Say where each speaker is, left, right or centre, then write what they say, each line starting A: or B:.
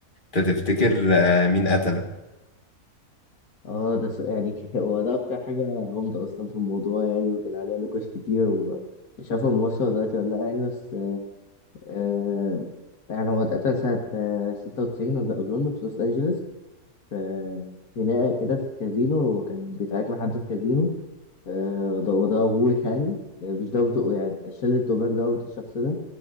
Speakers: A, on the left (about 35°); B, on the left (about 80°).
A: أنت تفتكر آه، مين قتله
B: اه ده سو... يعني <laughs> هو ده اكتر حاجه غامضه اصلا في الموضوع يعني وكان عليها نقاش كتير ومش عارف هو موصل دلوقتي ولا لا يعني بس آه يعني هو اتقتل سنة آه، ستة وتسعين أظ- أظن في لوس أنجلوس في في خناقة كده في كازينو وكان بيتعارك مع حد في كازينو آه ده وده أبوه يعني آه، مش ضابط يعني شلة توباك ضابط الشخص ده